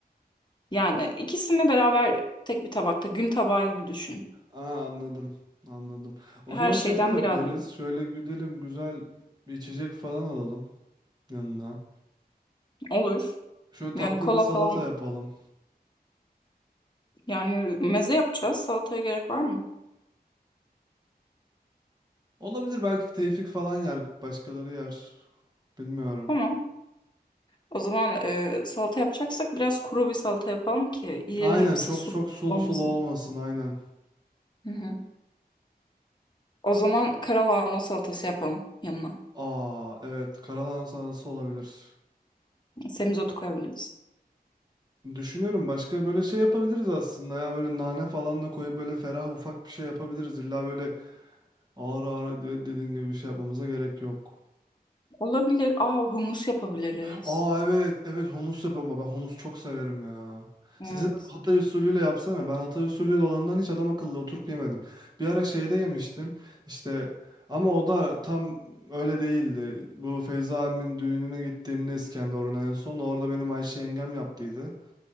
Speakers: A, on the left; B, on the right.
A: Yani ikisini beraber tek bir tabakta gün tabağı gibi düşün.
B: Aa, anladım. Anladım. O
A: Her
B: zaman
A: şeyden
B: şey de yaparız.
A: biraz yiyor.
B: Şöyle güdelim güzel bir içecek falan alalım yanına.
A: olur.
B: Şöyle
A: Yani
B: tatlı
A: kola
B: bir salata
A: falan
B: yapalım.
A: yani meze yapacağız. Salataya gerek var mı?
B: Olabilir belki Tevfik falan yer. Başkaları yer. Bilmiyorum.
A: Tamam. O zaman e, salata yapacaksak biraz kuru bir salata yapalım ki iyice
B: Aynen
A: hepsi
B: çok
A: su
B: çok sulu
A: olmasın.
B: sulu olmasın aynen.
A: Hı hı. O zaman karalahana salatası yapalım yanına.
B: Aa evet karalahana salatası olabilir.
A: Semizotu koyabiliriz.
B: Düşünüyorum başka böyle şey yapabiliriz aslında ya böyle nane falan da koyup böyle ferah ufak bir şey yapabiliriz. İlla böyle ağır ağır de- dediğin gibi bir şey yapmamıza gerek yok.
A: Olabilir. Aa humus yapabiliriz.
B: Aa evet evet humus yapma ben humus çok severim ya.
A: Evet.
B: Sizin Hatay usulüyle yapsana. Ben Hatay usulüyle olandan hiç adam akıllı oturup yemedim. Bir ara şeyde yemiştim işte ama o da tam öyle değildi. Bu Feyza abimin düğününe gittiğimde İskenderun'a en son orada benim Ayşe yengem yaptıydı.